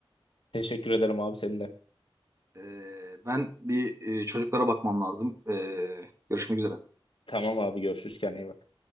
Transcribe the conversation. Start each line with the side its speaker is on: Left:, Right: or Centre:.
Left: Teşekkür ederim abi seninle.
Right: E, ben bir e, çocuklara bakmam lazım. E, görüşmek üzere.
Left: Tamam abi görüşürüz kendine iyi bak.